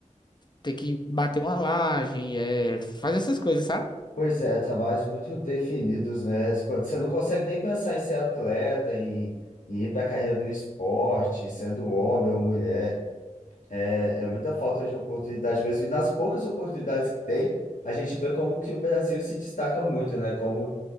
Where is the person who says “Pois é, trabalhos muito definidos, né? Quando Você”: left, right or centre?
Left